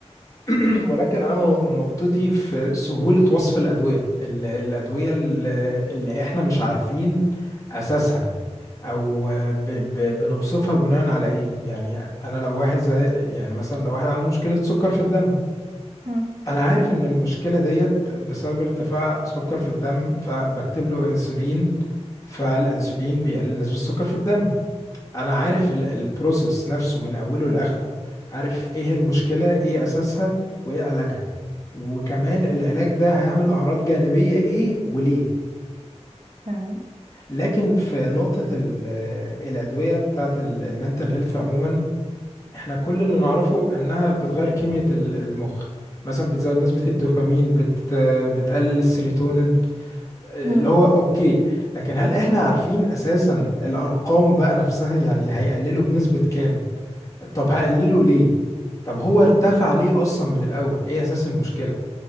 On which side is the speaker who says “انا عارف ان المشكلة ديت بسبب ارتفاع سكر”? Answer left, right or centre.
Left